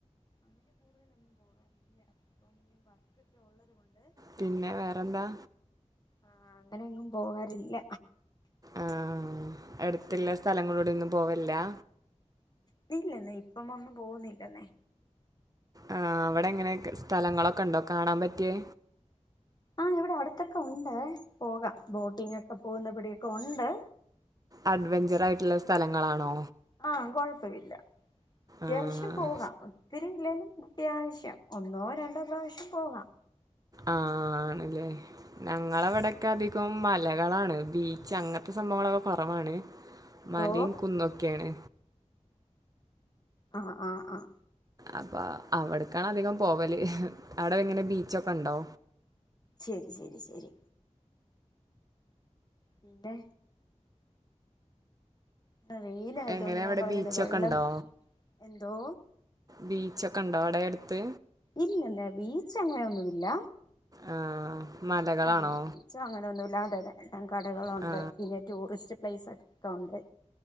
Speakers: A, on the left; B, on the right.
A: അങ്ങന കൂട്തലൊന്നും പോവാറില്ല ഇപ്പം വർക്ക്ക്കെ ഒള്ളത് കൊണ്ട്
B: പിന്നെ വേറെന്താ
A: ആഹ് അങ്ങന എങ്ങും പോവാറില്ല
B: ആഹ് ആഹ് അട്ത്ത്ള്ള സ്ഥലങ്ങളുട ഒന്നും പോവ ഇല്ലാ
A: ന്നില്ലെന്നെ ഇപ്പം ഒന്നും പോവുന്നില്ലെന്നെ
B: ആഹ് അവട എങ്ങനെക്കെ സ്ഥലങ്ങളൊക്കൊണ്ടോ കാണാം പറ്റിയേ
A: ആഹ് ഇവട അടുത്തൊക്കെയുണ്ട് പോകാം ബോട്ടിംഗ് ഒക്ക പോവ്ന്ന പടി ക്ക ഒണ്ട്
B: അഡ്വഞ്ചർ ആയിട്ടിള്ള സ്ഥലങ്ങളാണോ
A: ആഹ് കൊഴപ്പവില്ല ത്യാവിശ്യം
B: ആഹ്
A: പോകാം ത്തിരി ഇല്ലേലും ത്യാവശ്യം ഒന്നോ രണ്ടോ പ്രാവശ്യം പോവാം
B: ആഹ് ആണല്ലേ ഞങ്ങളവിടെ ക്ക് അധികോം മൽ ല കളാണ് ബീച്ച് അങ്ങ ക്ക് സ്വഭാവകളെയൊക്കെ കൊറവാണ്
A: എന്തോ
B: മലയും കുന്നുക്കേണ്
A: ആഹ് ആഹ് ആഹ്
B: അപ്പോ അവ്ട്ക്കാണ് അധികം പോവല് അവട വെങ്ങനെ ബീച്ചൊക്കൊണ്ടോ
A: ശെരി ശെരി ശെരി പിന്നെ ന്ന വെയിലായതോണ്ട്
B: എങ്ങനെ അവിടെ
A: ഞാൻ പറഞ്ഞില്ലേ
B: ബീച്ചൊക്കെ
A: വെള്ളം
B: ഉണ്ടോ
A: എന്തോ
B: ബീച്ചൊക്കോണ്ടോ അവ്ടെ എട്ത്ത്
A: ഇല്ലല്ല ബീച്ച് അങ്ങനെയൊന്നുവില്ല
B: ആ, മലകളാണോ
A: ആഹ് ബീച്ചോ അങ്ങനൊന്നു <unintelligible> കടകളൊണ്ട്
B: ആ,
A: പിന്നെ ടൂറിസ്റ്റ് <unintelligible>